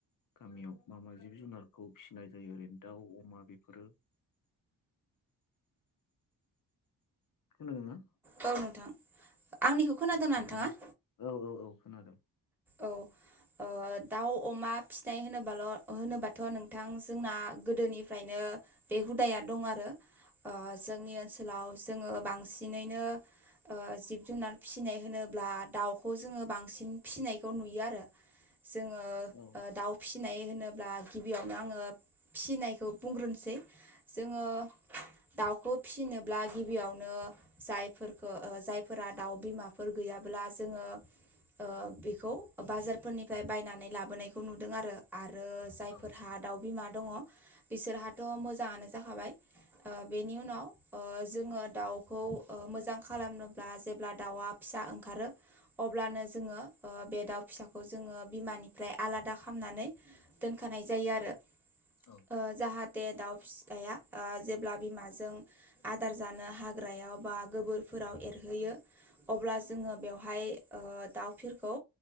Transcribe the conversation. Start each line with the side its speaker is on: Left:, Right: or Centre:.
Left: गामियाव मा मा जिब जुनारखौ फिसिनाय जायो ओरैनो दाउ अमा बेफोरो खोनादों ना?
Centre: औ नोंथां आंनिखौ खोनादोंना
Left: खोन्थाना
Centre: नोंथाङा?
Left: औ औ औ खोनादों।
Centre: औ। ओ दाउ, अमा फिसिनाय होनोबाल' होनोबाथ' नोंथां जोंना गोदोनिफ्रायनो बे हुदाया दं आरो। ओ जोंनि ओनसोलाव जोङो बांसिनैनो ओ जिब-जुनार फिसिनाय होनोब्ला दाउखौ जोङो बांसिन फिसिनाय खौ नुयो आरो जोङो ओ
Left: औ
Centre: दाउ फिसिनाय होनोब्ला गिबियावनो आङो फिसिनायखौ बुंग्रोनोसै जोङो दाउखौ फिसिनोब्ला गिबियावनो जायफोरखौ ओ जायफोरा दाउ बिमाफोर गैयाब्ला जोङो ओ बे खौ बाजार फोरनिफ्राय बायनानै लाबोनायखौ नुदों आरो। आरो जायफोरहा
Left: औ
Centre: दाउ बिमा दङ' बिसोरहाथ' मोजाङानो जाखाबाय। ओ बेनि उनाव ओ जोङो दाउखौ ओ मोजां खालामनोब्ला जेब्ला दाउआ फिसा ओंखारो अब्लानो जोङो ओ बे दाउ फिसाखौ जोङो बिमानिफ्राय आलादा खालामनानै दोनखानाय जायो आरो।
Left: औ।
Centre: ओ जाहाथे दाउ फिसाया ओ जेब्ला बिमाजों आदार जानो हाग्रायाव बा गोबोरफोराव एरहैयो अब्ला जोङो बेवहाय ओ दाउफिरखौ